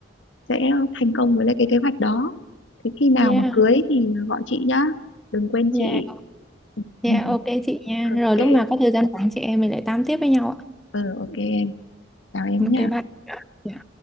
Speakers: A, on the left; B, in the centre.
A: sẽ thành công với lại cái kế hoạch đó thế khi nào
B: dạ
A: mà cưới thì gọi chị nhá đừng quên
B: dạ
A: chị
B: dạ
A: <laughs>
B: ok chị nha
A: ok
B: rồi lúc nào có thời gian rảnh chị em mình lại tám tiếp với nhau ạ
A: ừ ok em chào em
B: ok
A: nhé
B: bye Dạ.